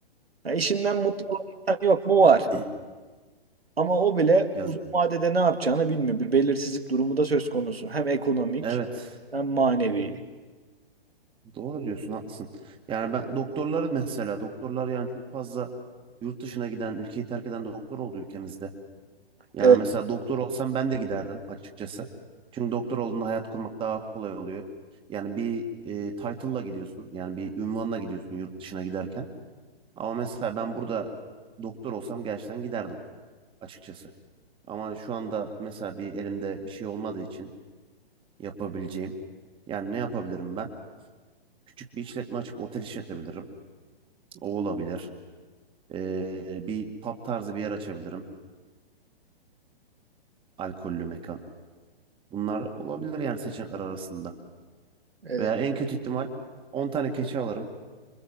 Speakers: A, on the right; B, on the right.
A: Ya işinden mutlu olan insan yok mu? Var.
B: <clears throat>
A: Ama o bile
B: Yaz
A: uzun vadede ne yapacağını bilmiyor. Bir belirsizlik durumu da söz konusu. Hem ekonomik
B: evet.
A: hem manevi.
B: Doğru diyorsun, haklısın. Yani ben doktorları mesela doktorlar yani çok fazla yurt dışına giden, ülkeyi terk eden doktor oldu ülkemizde. Yani
A: Evet,
B: mesela doktor olsam ben de giderdim açıkçası. Çünkü doktor olduğunda hayat kurmak daha kolay oluyor. Yani bir e, title'la gidiyorsun. Yani bir ünvanla gidiyorsun yurt dışına giderken. Ama mesela ben burada doktor olsam gerçekten giderdim açıkçası. Ama şu anda mesela bir elimde bir şey olmadığı için yapabileceğim. Yani ne yapabilirim ben? Küçük bir işletme açıp otel işletebilirim. O olabilir. Ee, bir pub tarzı bir yer açabilirim. Alkollü mekan. Bunlar olabilir yani seçenekler arasında.
A: evet.
B: Veya en kötü ihtimal 10 tane keçi alırım.